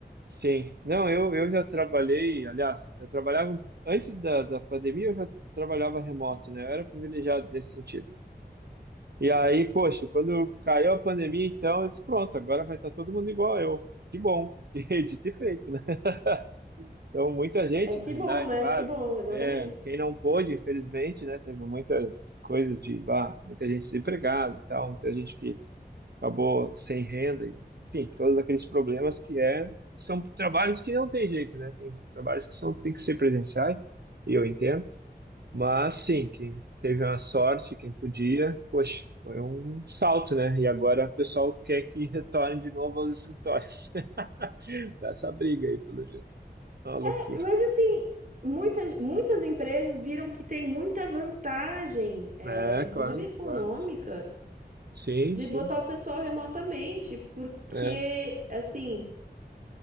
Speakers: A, on the right; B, on the right.
A: Sim. Não, eu, eu já trabalhei, aliás, eu trabalhava. Antes da, da pandemia, eu já trabalhava remoto, né? Eu era privilegiado nesse sentido. E aí, poxa, quando caiu a pandemia, então eu disse, pronto, agora vai estar todo mundo igual eu. Que bom. <laughs> E dito e feito, né? <laughs> Então, muita gente,
B: É que
A: na realidade,
B: bom, né?
A: claro.
B: Que bom, exatamente.
A: É, quem não pôde, infelizmente, né? Teve muitas coisas de, bah, muita gente desempregada e tal, muita gente que acabou sem renda, e, enfim, todos aqueles problemas que é, são trabalhos que não tem jeito, né? Tem trabalhos que são, tem que ser presenciais, e eu entendo. Mas sim, quem teve a sorte, quem podia, poxa, foi um salto, né? E agora o pessoal quer que retorne de novo aos escritórios. <laughs> Tá essa briga aí, pelo jeito. É Uma loucura.
B: É, Mas, assim, muitas, muitas empresas viram que tem muita vantagem, é,
A: É,
B: inclusive
A: claro,
B: econômica,
A: claro. Sim,
B: de
A: sim.
B: botar o pessoal remotamente, porque,
A: É,
B: assim,